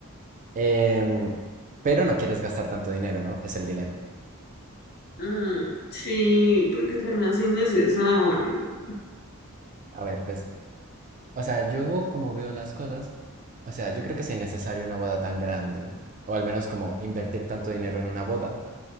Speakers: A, on the right; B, on the left.
A: Em, pero no quieres gastar tanto dinero, ¿no? Es el dilema.
B: mm, sí, porque se me hace innecesario.
A: A ver, pues O sea, yo como veo las cosas, o sea, yo creo que si es innecesario una boda tan grande, o al menos como invertir tanto dinero en una boda,